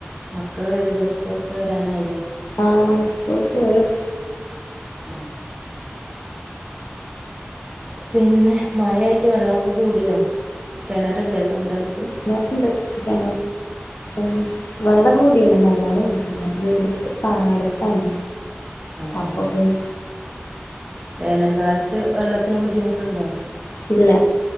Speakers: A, on the right; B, on the left.
A: മക്കള് വരില്ല സ്കൂൾട്ട് വരാനായില്ലേ?
B: ആ <inaudible>
A: അ പിന്നെ മായായിട്ട് വെള്ളമൊക്കെ കൂടിയോ കിണറല്ലേ സ്വന്തായി
B: എന്നാനണ്ടട്ടപ്പ <unintelligible> വെള്ളം കൂടിയിന് നല്ലണം കടന്ന വീട് പടുത്താണ്
A: ആഹ്
B: അപ്പോ
A: ആഹ്
B: പിന്ന
A: വേനൽക്കാലത്ത് വെള്ളത്തിന് ബുദ്ധിമുട്ട് ട്ടുണ്ടോ
B: ഇല്ല